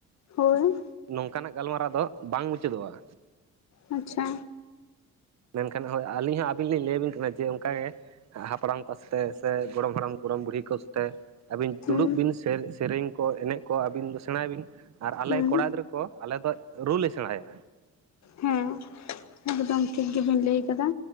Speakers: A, on the left (about 65°); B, on the right (about 60°).
A: ᱦᱳᱭ,
B: ᱱᱚᱝᱠᱟ ᱱᱟᱜ ᱜᱟᱞ ᱢᱟᱨᱟᱣ ᱫᱚ ᱵᱟᱝ ᱢᱩᱪᱟᱹᱫ ᱚᱜᱼᱟ
A: ᱟᱪᱪᱷᱟ
B: ᱢᱮᱱᱠᱷᱟᱱ ᱦᱳᱭ ᱟᱹᱞᱤᱧ ᱦᱚᱸ ᱟᱹᱵᱤᱱ ᱞᱤᱧ ᱞᱟᱹᱭᱟᱵᱤᱱ ᱠᱟᱱᱟ ᱡᱮ ᱚᱱᱠᱟ ᱜᱮ ᱦᱟᱯᱲᱟᱢ ᱠᱚ ᱥᱟᱛᱮᱜ ᱥᱮ ᱜᱚᱲᱚᱢ ᱦᱟᱲᱟᱢ ᱜᱚᱲᱚᱢ ᱵᱩᱲᱦᱤ ᱠᱚ ᱥᱟᱛᱮ ᱟᱹᱵᱤᱱ
A: ᱦᱩᱸ
B: ᱫᱩᱲᱩᱵ ᱵᱤᱱ ᱥᱮᱨᱮᱧ ᱠᱚ ᱮᱱᱮᱡ ᱠᱚ ᱟᱹᱵᱤᱱ ᱫᱚ ᱥᱮᱬᱟᱭ ᱵᱤᱱ ᱟᱨ ᱟᱞᱮ
A: ᱦᱩᱸ
B: ᱠᱚᱲᱟ ᱜᱤᱫᱽᱨᱟᱹ ᱠᱚ, ᱟᱞᱮ ᱫᱚ ᱨᱩ ᱞᱮ ᱥᱮᱬᱟᱭᱟ᱾
A: ᱦᱮᱸ ᱮᱠᱫᱚᱢ ᱴᱷᱤᱠ ᱜᱮᱵᱤᱱ ᱞᱟᱹᱭ ᱠᱟᱫᱟ᱾